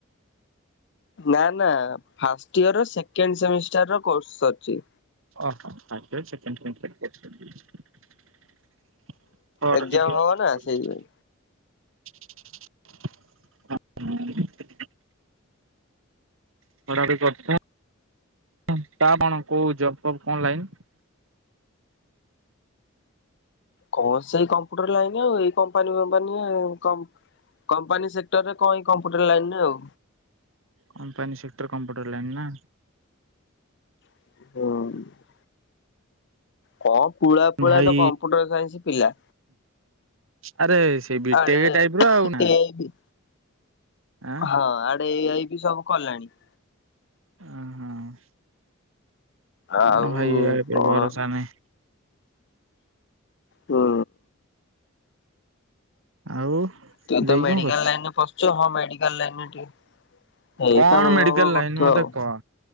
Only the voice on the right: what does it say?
ଓ ହୋ <unintelligible> <unintelligible>
<inaudible> <unintelligible>
କମ୍ପାନୀ ସେକ୍ଟର କମ୍ପ୍ୟୁଟର ଲାଇନ୍ ନା
ଭାଇ
ଆରେ ସେଇ ବିଟେକ୍
ଟାଇପ୍ ର ଆଉ ନା
ଆଁ
ଓହୋ
କଣ ଭାଇ ୟା ଉପରେ
ଭରସା ନାହିଁ
ଆଉ
ଦେଇ
କଣ କରୁଛି?
କଣ
ମେଡିକାଲ
ଲାଇନ ମତେ
କହ